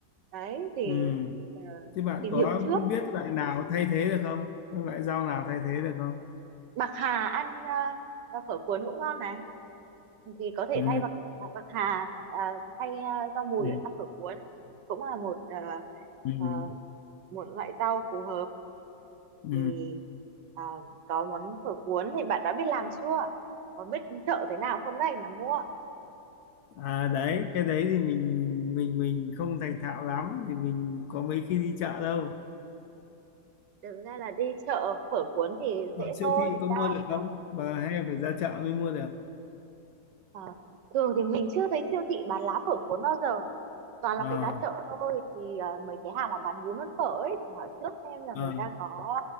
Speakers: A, on the right; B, on the left.
A: đấy thì
B: Ừ.
A: ờ,
B: Thế bạn
A: tìm
B: có
A: hiểu trước
B: biết loại nào thay thế được không? Có loại rau nào thay thế được không?
A: bạc hà ăn ờ, ờ, phở cuốn cũng ngon này thì có thể
B: Ừ.
A: thay bạc bạc hà ờ, thay ờ, rau mùi
B: Ừ.
A: ở trong phở cuốn cũng là một ờ,
B: Ừ.
A: ờ, một loại rau phù hợp
B: Ừ.
A: thì ờ, có món phở cuốn thì bạn đã biết làm chưa có biết chợ thế nào không đây mà mua
B: À đấy, cái đấy thì mình mình mình không thành thạo lắm thì mình có mấy khi đi chợ đâu.
A: thực ra là đi chợ phở cuốn thì
B: Mà
A: dễ
B: siêu
A: thôi
B: thị có
A: ra
B: mua được không?
A: trước
B: Và hay phải ra chợ mới mua được.
A: Ờ, thường thì mình chưa thấy siêu thị bán lá phở cuốn bao giờ toàn
B: Ờ.
A: là phải ra chợ thôi thì ờ, mấy cái hàng mà bán bún bán phở ấy thì hỏi trước xem là
B: Ờ.
A: người ta có